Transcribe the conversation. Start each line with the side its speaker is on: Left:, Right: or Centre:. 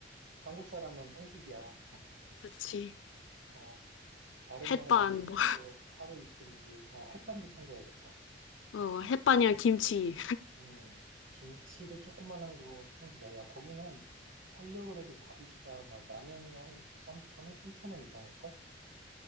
Right: 한국 사람은 한식이야.
Left: 그렇지.
Right: 어, 다른
Left: 햇반,
Right: 나라 음식도
Left: 뭐.
Right: 하루 이틀이지. 어, 햇반도 챙겨야겠다.
Left: 어, 햇반이랑 김치.
Right: 음, 김치도 조그만한 거 챙기자. 야, 거기는 살려고 해도 다 비싸. 막 라면이 한 2, 3천 원, 3천 원 이상할걸?